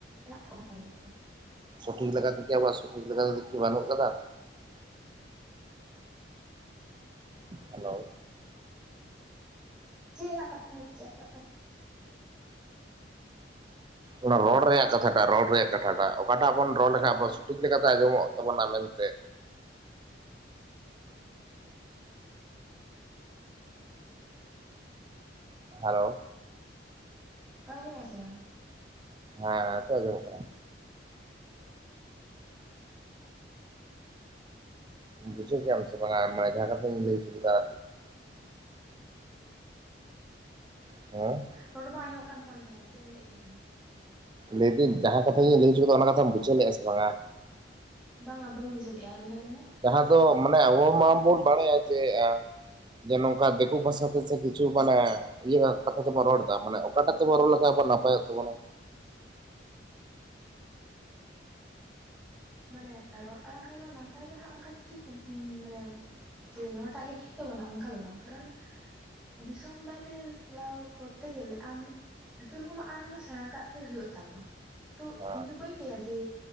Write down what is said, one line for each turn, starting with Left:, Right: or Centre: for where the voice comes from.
Centre: ᱨᱮᱱᱟᱜ ᱠᱟᱛᱷᱟᱢ ᱞᱟᱹᱭ ᱠᱮᱫᱟ
Right: ᱥᱚᱴᱷᱤᱠ ᱞᱮᱠᱟ ᱛᱮᱠᱤ ᱟᱵᱚᱣᱟᱜ ᱥᱚᱴᱷᱤᱠ ᱛᱮᱫᱚ ᱵᱟᱱᱩᱜ ᱠᱟᱫᱟ᱾ ᱦᱮᱞᱳ
Centre: ᱪᱮᱫ ᱨᱮᱱᱟᱜ ᱠᱟᱛᱷᱟᱢ ᱞᱟᱹᱭ <unintelligible>
Right: ᱚᱱᱟ ᱨᱚᱲ ᱨᱮᱭᱟᱜ ᱠᱟᱛᱷᱟᱴᱟᱜ ᱨᱚᱲ ᱨᱮᱭᱟᱜ ᱠᱟᱛᱷᱟᱴᱟᱜ ᱚᱠᱟᱴᱟᱜ ᱵᱚᱱ ᱨᱚᱲ
Centre: ᱟᱸᱡᱚᱢᱚᱜ
Right: ᱞᱮᱠᱷᱟᱡ ᱟᱵᱚ
Centre: ᱠᱟᱱᱟ
Right: ᱴᱤᱠ ᱞᱮᱠᱟᱛᱮ ᱟᱸᱡᱚᱢᱚᱜ ᱛᱟᱵᱚᱱᱟ ᱢᱮᱱᱛᱮ ᱾ ᱦᱮᱞᱳ ᱾
Centre: ᱟᱢ ᱟᱧᱚᱢᱮᱫᱼᱟ ᱥᱮ ᱵᱟᱝ?
Right: ᱦᱮᱸ ᱱᱤᱛᱚᱜ ᱟᱸᱡᱚᱢᱚᱜ ᱠᱟᱱᱟ‌᱾ ᱵᱩᱡᱷᱟᱹᱣ ᱠᱮᱜ ᱟᱢ ᱥᱮ ᱵᱟᱝ ᱡᱟᱦᱟ ᱠᱟᱛᱷᱟᱧ ᱞᱟᱹᱭ ᱦᱚᱪᱚ ᱠᱮᱫᱟ? <inaudible>
Centre: ᱨᱚᱲ ᱵᱟᱝ ᱟᱡᱚᱢᱚᱜ ᱠᱟᱱ ᱛᱟᱦᱮᱸᱜ ᱛᱟᱢᱟ ᱪᱮᱫ ᱮᱢ ᱞᱟᱹᱭᱮᱫ ᱛᱟᱦᱮᱸᱜ-ᱟ ᱾
Right: ᱞᱟᱹᱭᱫᱟᱹᱧ ᱡᱟᱦᱟᱸ ᱠᱟᱛᱷᱟᱧ ᱞᱟᱹᱭ ᱦᱚᱪᱚ ᱠᱮᱫᱟ ᱚᱱᱟ ᱠᱟᱛᱷᱟᱢ ᱵᱩᱡᱷᱟᱹᱣ ᱞᱮᱫᱟ ᱥᱮ ᱵᱟᱝᱟ?
Centre: ᱵᱟᱝᱟ ᱵᱟᱹᱧ ᱵᱩᱡᱷᱟᱹᱣ ᱞᱮᱜ-ᱟ ᱟᱨ ᱢᱤᱫᱫᱷᱟᱣ ᱞᱟᱹᱭ ᱢᱮ ᱾
Right: ᱡᱟᱦᱟᱸ ᱫᱚ ᱢᱟᱱᱮ ᱟᱵᱚ ᱢᱟᱵᱚᱱ ᱵᱟᱲᱟᱭᱟ ᱡᱮ ᱟᱸ ᱡᱮ ᱱᱚᱝᱠᱟ ᱫᱤᱠᱩ ᱯᱟᱥᱟᱯᱟᱥᱤ ᱠᱤᱪᱷᱩ ᱢᱟᱱᱮ ᱤᱭᱟᱹ ᱠᱟᱛᱷᱟ ᱛᱮᱵᱚᱱ ᱨᱚᱲ ᱮᱫᱟ ᱢᱟᱱᱮ ᱚᱠᱟᱴᱟᱜ ᱛᱮᱵᱚᱱ ᱨᱚᱲ ᱞᱮᱠᱷᱟᱱ ᱟᱵᱚ ᱱᱟᱯᱟᱭᱚᱜ ᱛᱟᱵᱚᱱᱟ᱾
Centre: ᱢᱟᱱᱮ ᱨᱚᱲ ᱟᱲᱟᱝ ᱨᱮᱫᱚ ᱱᱟᱯᱟᱭ ᱫᱚ ᱦᱟᱸᱜ ᱚᱱᱠᱟ ᱴᱷᱤᱠ ᱢᱟᱱᱮ ᱡᱮ ᱱᱚᱣᱟᱴᱟᱜ ᱜᱮ ᱴᱷᱤᱠ ᱛᱟᱵᱚᱱᱟ ᱚᱱᱠᱟ ᱫᱚ ᱵᱟᱝ, ᱠᱟᱨᱚᱱ ᱫᱤᱥᱚᱢ ᱵᱟᱭᱨᱮ ᱪᱟᱞᱟᱣ ᱠᱚᱨᱛᱮ ᱜᱮᱞᱮ ᱟᱢ ᱡᱷᱚᱛᱚ ᱨᱚᱠᱚᱢᱟᱜ ᱟᱲᱟᱝ ᱫᱚ ᱥᱮᱬᱟ ᱠᱟᱜ ᱜᱮ ᱦᱩᱭᱩᱜ ᱛᱟᱢᱟ ᱛᱚ
Right: ᱦᱮᱸ
Centre: ᱤᱧ ᱫᱚ ᱵᱟᱹᱧ ᱞᱟᱹᱭᱟ ᱡᱮ